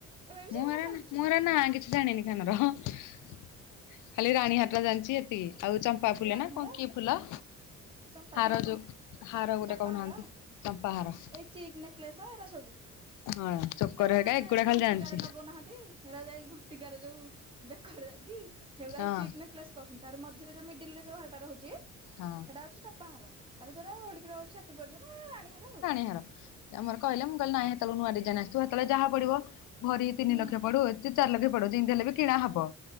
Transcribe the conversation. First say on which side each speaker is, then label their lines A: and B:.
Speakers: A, on the right; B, on the left.
A: ଏବେ ବି
B: ମୁଁ
A: ସେଗୁଡା
B: ହେରା
A: ଚାଲୁଛି
B: ମୁ ହେରା ନା କିଛି ଜାଣିନି କାନର ଖାଲି ରାଣୀହାର୍ଟା ଜାଣିଛି ଏତିକି ଆଉ ଚ ପା ଫୁଲ
A: ରାଣୀହାର
B: ନା କଁ କି ଫୁଲ?
A: ଚମ୍ପା
B: ହାର
A: ଫୁଲ କଣ
B: ଯୋଉ ହାର ଗୋଟେ
A: ଚପାହାର
B: କହୁନାହାନ୍ତି ଚମ୍ପା ହାର।
A: ଏଇ ଚିକ୍ ନେକଲେସ ଏରା ସବୁ
B: ହଁ। ଚୋକର
A: ଏରା ଗୁଡା
B: ହେରିକା
A: ଯୋଉ
B: ଏଗୁଡା
A: ଯାଇକି ଘଣ୍ଟିକାରେ
B: ଖାଲି ଜାଣିଛି
A: ଲଗୋଉନାହାନ୍ତି, ହେରା ଯାଇ ଘଣ୍ଟିକାରେ ଯୋଉ ବେକରେ ଯାଇକି ହେଉରାକୁ
B: ହଁ
A: ଚିକ୍ ନେକ୍ଲେସ କହୁଛନ୍ତି, ତାହାର ମଝିରେ ଯୋଉ ମିଡିଲରେ ଯୋଉ ହାରଟା ରହୁଛି
B: ହଁ।
A: ପାଉଚିସଟା ପାହାର ତାର ଯୋଉଟା ଓଳିକି ରଉଚି ଛତି ପର୍ଯ୍ୟନ୍ତ ଏ ରାଣୀହାର ଆଉ।
B: ନ୍ୟର ଆମର କହିଲେ ମୁଁ କହିଲି ନାଇଁ ହେତଳୁକୁ ନୂଆ ଡିଜାଇନ ଆସିଥିବ ହେତଳେ ଯାହା ପଡିବ ଭରି ତିନି
A: ହୁଁ।
B: ଲକ୍ଷ ପଡୁ କି ଚାର ଲଖେ ପଡୁ ଯିମିତି ହେଲେ ବି କିଣା ହବ।